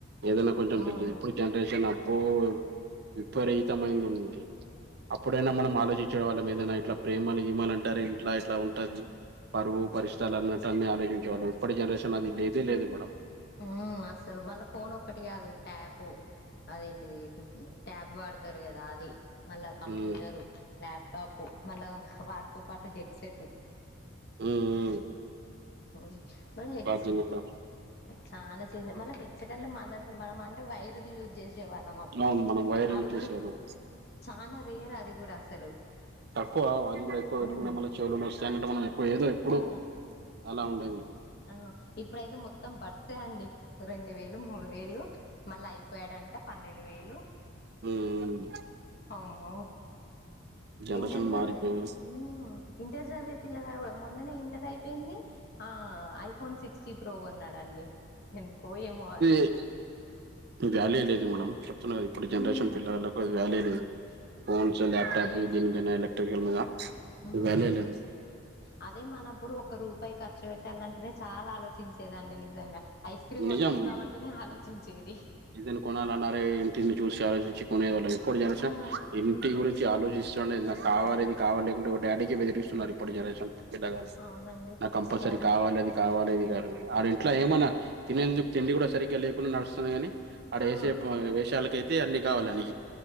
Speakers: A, on the right (about 55°); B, on the left (about 50°).
A: ఏదన్నా కొంచం
B: అవును
A: తెలిదు ఇప్పు జనరేషన్ అబ్బో విపరీతమైంది ఉంది అప్పుడైనా మనం
B: ఉమ్
A: ఆలోచి చెడు వాళ్ళ మీదనా ఇట్లా ప్రేమలు గీమలుంటారు ఇంట్ల ఇట్లా ఉంటది పరువు పరిష్ట అన్నటన్ని ఆలోచించే వాళ్ళం ఇప్పటి జనరేషన్ అది లేదే లేదు మేడం
B: ఉ అస్సలు మళ్ళా ఫోన్ ఒక్కటి కాదు ట్యాపు అదేంటిది ట్యాబ్ వాడతారు కదా అది మళ్ళా కంప్యూటరు
A: ఉమ్ ఉమ్
B: ల్యాప్టాప్ మళ్ళా వాటితో పాటు హెడ్సెట్
A: ఊ ఉ
B: అహ మరి హెడ్స్
A: దీనిలో
B: చాలా చే మన హెడ్ సెట్ అంటే మన మనం అంటే వైర్ది యూజ్ చేసే వాళ్ళం
A: అవును మనం వైర్
B: అది
A: యూజ్
B: కూడా
A: చేసేవాళ్ళం
B: చాలా రేర్ అది కూడా అసలు
A: తక్కువ అది కూడా ఎక్కువ పెట్టుకుంటే
B: ఉమ్
A: మళ్ళీ చెవులు నొస్తాయి అన్నట్టు మనం ఎక్కువ ఏదో ఎప్పుడో
B: ఆ
A: అలా ఉండేదికి
B: ఆ ఇప్పుడైతే మొత్తం బర్డ్స్ అండి రెండు వేలు మూడు వేలు మళ్ళ ఐప్యాడ్ అంట పన్నెండు వేలు
A: ఊ ఊ
B: అమ్మో
A: జనరేషన్
B: ఇంటర్ సధువే
A: మారిపోయింది
B: ఊ ఇంటర్ చదివే పిల్లగాడ కూడా మొన్ననే ఇంటర్ అయిపోయింది ఆ ఐఫోన్ సిక్స్ జీ ప్రో కొన్నాడండి ఎందుకో ఏమో అది
A: ఇది వాల్యూ లేదు మేడం చెప్తున్నా కదా ఇప్పుడు జనరేషన్
B: మ్మ్
A: పిల్లలకు అది వాల్యూ లేదు ఫోన్స్ ల్యాప్టాప్
B: అదే
A: దీనిపైనా ఎలక్ట్రికల్ మీద
B: మ్మ్
A: ఈ వాల్యూ లేదు
B: అదే మనప్పుడు ఒక రూపాయి ఖర్చు పెట్టాలంటేనే చాలా ఆలోచించేదండి నిజంగా ఐస్ క్రీమ్ కొనుక్కుందాం
A: నిజం
B: అంటేనే ఆలోచించేది
A: ఏదైనా కొనాలన్నా అరే ఇంటిని చూసి ఆలోచించి నే వాళ్ళం ఇప్పుడు జనరేషన్
B: ఆ
A: ఇంటి గురించి ఆలోచిస్తు నాకు కావాలిది
B: మ్మ్
A: కావాలి లేకుంటే ఒక డాడీకే బెదిరి సునారిప్పడి జనరేషన్ పిలగల్
B: అవునండి
A: నాకు కంపల్సరీ
B: ఫోన్
A: కావాలి అది కావాలి ఇది కావాలి ఆ
B: మ్మ్
A: ఇంట్ల ఏమన్నా తినేందుకు తిండి కూడా సరిగ్గా లేకుండా నడుస్తుంది గాని ఆడ
B: ఆ
A: వేసే వేషాలకైతే అన్ని కావాలని